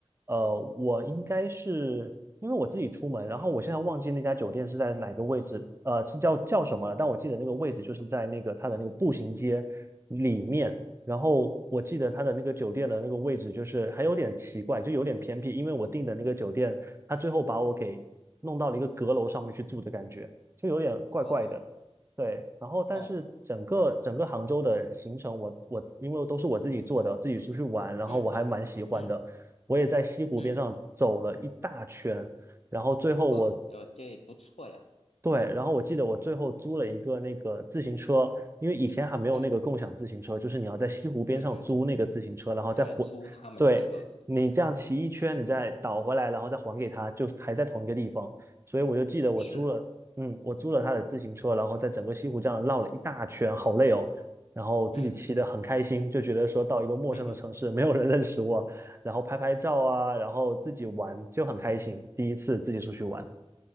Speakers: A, on the right (about 25°); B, on the left (about 80°).
A: 呃，我应该是因为我自己出门，然后我现在忘记那家酒店是在哪个位置，呃，是叫叫什么了？但我记得那个位置就是在那个它的那个步行街里面。然后我记得它的那个酒店的那个位置就是还有点奇怪，就有点偏僻，因为我订的那个酒店，它最后把我给弄到了一个阁楼上面去住的感觉，就有点怪怪的。
B: 哦
A: 对，然后但是整个整个杭州的行程我，
B: 哦，
A: 我因为都是我自己做的，自己出去玩，然后我还蛮喜欢的。
B: 嗯嗯
A: 我也在西湖边上走了一大圈，
B: 嗯，
A: 然后最后我
B: 呵，呃，这不错呀。
A: 对，然后我记得我最后租了一个那个自行车，因为以前还没有那个共享自行车，
B: 嗯，
A: 就是你要在西湖边上租那个自行车，
B: 对对对
A: 然后再还，
B: 对，租他们的车子
A: 对，你这样骑一圈，你再倒回来，然后再还给他，就还在同一个地方。所以我就记得我租了，
B: 是，
A: 嗯，我租了他的自行车，然后在整个西湖这样绕了一大圈，好累哦。然后自己骑得很开心，
B: 嗯，
A: 就觉得说到一个陌生的城市，
B: <laughs> 哼哼，
A: 没有人认识我，然后拍拍照啊，然后自己玩就很开心，第一次自己出去玩，